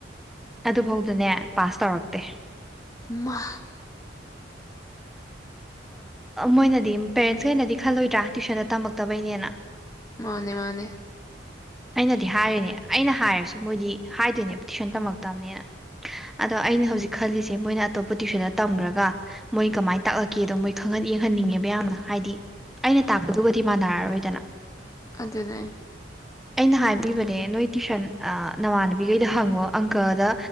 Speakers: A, in the centre; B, on the left.
A: ꯑꯗꯨꯐꯧꯗꯅꯦ ꯄꯥꯁ ꯇꯧꯔꯛꯇꯦ
B: ꯏꯃꯥ
A: ꯃꯣꯏꯅꯗꯤ ꯄꯦꯔꯦꯟꯁꯒꯩ ꯅꯗꯤ ꯈꯜꯂꯣꯏꯗ꯭ꯔꯥ ꯇ꯭ꯋꯨꯏꯁꯟꯗ ꯇꯝꯃꯛꯇꯕꯩꯅꯦꯅ
B: ꯃꯥꯅꯦ ꯃꯥꯅꯦ
A: ꯑꯩꯅꯗꯤ ꯍꯥꯏꯔꯦꯅꯦ ꯑꯩꯅ ꯍꯥꯏꯔꯁꯨ ꯃꯣꯏꯗꯤ ꯍꯥꯏꯗꯣꯏꯅꯦꯕ ꯇꯨꯁꯟ ꯇꯝꯃꯛꯇꯕꯅꯦꯅ ꯑꯗꯣ ꯑꯩꯅ ꯍꯧꯖꯤꯛ ꯈꯜꯂꯤꯁꯦ ꯃꯣꯏꯅ ꯑꯇꯣꯞꯄ ꯇꯨꯁꯟꯗ ꯇꯝꯈ꯭ꯔꯒ ꯃꯣꯏ ꯀꯃꯥꯏꯅ ꯇꯥꯛꯂꯛ ꯀꯦꯗꯣ ꯃꯣꯏ ꯈꯪꯍꯟ ꯌꯦꯡꯍꯟꯅꯤꯡꯉꯦꯕ ꯌꯥꯝꯅ ꯍꯥꯏꯗꯤ ꯑꯩꯅ ꯇꯥꯛꯄꯗꯨꯒꯗꯤ ꯃꯥꯟꯅꯔꯔꯣꯏꯗꯅ
B: ꯑꯗꯨꯗꯅꯦ
A: ꯑꯩꯅ ꯍꯥꯏꯕꯤꯕꯅꯦ ꯅꯣꯏ ꯇ꯭ꯋꯨꯏꯁꯟ ꯅꯃꯥꯟꯅꯕꯤꯈꯩꯗ ꯍꯪꯉꯣ ꯑꯪꯀꯗ